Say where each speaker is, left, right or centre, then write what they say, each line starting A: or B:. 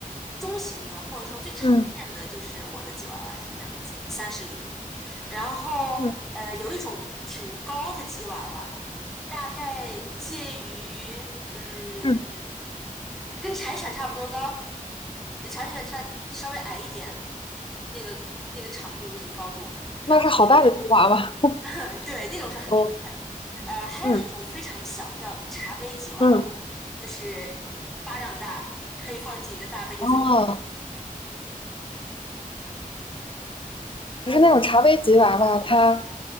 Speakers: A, in the centre; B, on the left (about 35°).
A: 中型的，或者说最常见的就是我的吉娃娃这个样子，
B: 嗯
A: 三十厘米。然后呃，
B: 嗯
A: 有一种挺高的吉娃娃，大概介于嗯，
B: 嗯，
A: 跟柴犬差不多高，比柴犬差稍微矮一点，那个那个长度那个高度。然后是那种
B: 那是好大的吉娃娃。
A: <laughs> 对那种是很大的，
B: 哦，
A: 呃，还有一种非常小的叫茶杯吉娃娃，
B: 嗯嗯，
A: 就是巴掌大，可以放进一个大杯子里。
B: 哦，
A: 然后我。
B: 不是那种茶杯吉娃娃，它